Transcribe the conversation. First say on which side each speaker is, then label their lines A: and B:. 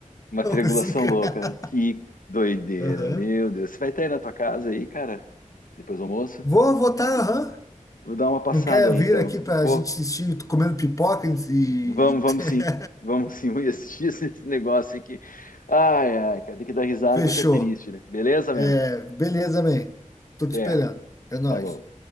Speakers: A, on the left (about 85°); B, on the left (about 25°).
A: Uma
B: <laughs>
A: triangulação
B: assim, cara.
A: louca. Que doideira,
B: Aham.
A: meu Deus. Você vai estar aí na tua casa aí, cara? Depois do almoço?
B: Vou votar, aham.
A: Vou dar uma passada
B: Não quer
A: aí,
B: vir
A: então.
B: aqui pra
A: Vou.
B: gente assistir comendo pipoca e...
A: Vamos,
B: e-
A: vamos
B: <laughs>
A: sim. Vamos sim. <laughs> Vamos assistir esse esse negócio aqui. Ai, ai, cara, tem que dar risada
B: Fechou.
A: porque é triste, né? Beleza, mano?
B: É, beleza, man. Tô te
A: Até.
B: esperando. É nóis.
A: Falou.